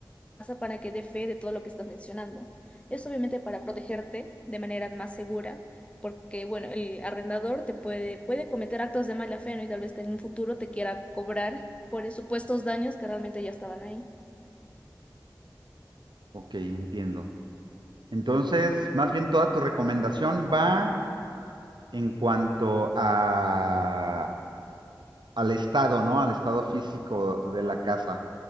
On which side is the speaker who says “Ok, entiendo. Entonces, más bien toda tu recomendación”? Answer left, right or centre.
Right